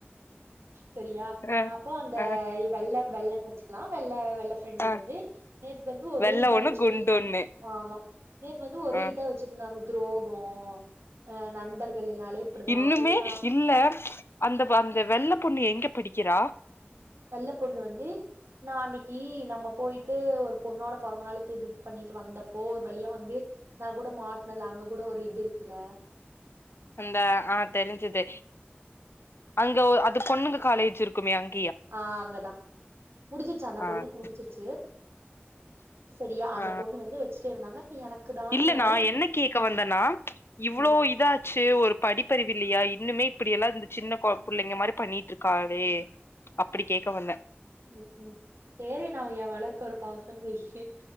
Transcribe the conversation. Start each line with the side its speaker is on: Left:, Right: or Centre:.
Right: சரியா
Left: அ
Right: அப்போ அந்த
Left: அ
Right: வெள்ள வெள்ளன்னு வெச்சுக்கலா வெள்ள ஃப்ரெண்டு
Left: அ
Right: வந்து நேத்து வந்து ஒரே
Left: வெள்ள
Right: இதா
Left: ஒண்ணு
Right: வெச்சுட்டே
Left: குண்டு
Right: இருந்தா
Left: ஒண்ணு
Right: ஆமா நேத்து வந்து ஒரே
Left: அ
Right: இதா வெ ச்சுட்டு இருந்தாங்க துரோகோ அ நண்பர்கள்னாலே இப்டிதா
Left: இன்னுமே
Right: அப்டின்னா
Left: இல்ல அந்த அந்த வெள்ள பொண்ணு எங்க படிக்கிறா
Right: வெள்ள பொண்ணு வந்து நா அன்னிக்கி நம்ம போய்ட்டு ஒரு பொண்ணோட பொறந்த நாளிக்கு இது பண்ணி வந்தப்போ ஒரு வழியா வந்து நா கூட மாட்னல அங்க கூட ஒரு இது இருக்குல்ல
Left: அந்த அ தெரிஞ்சுது அங்க ஒ அது பொண்ணுங்க காலேஜ் இருக்குமே அங்
Right: அ அங்கதா முடிச்சிருச்சு அந்த
Left: ஆ
Right: பொண்ணுக்கு முடிச்சிருச்சு
Left: சரி.
Right: தியா அந்த
Left: ஆ
Right: பொண்ணு வந்து வெச்சுட்டே இருந்தாங்க எனக்கு தான்ங்கிற
Left: இல்ல நா
Right: மாரி
Left: என்ன கேக்க வந்தனா இவ்ளோ
Right: ம்
Left: இதாச்சு ஒரு படிப்பறிவு இல்லியா இன்னுமே இப்டியெல்லா இந்த சின்ன கொ புள்ளிங்க மாரி பண்ணிட்டு இருக்காளே அப்டி கேக்க வந்த
Right: ம் ம் சேரி நா ஏ மேல ஒரு பாசோன்னு வைய்யி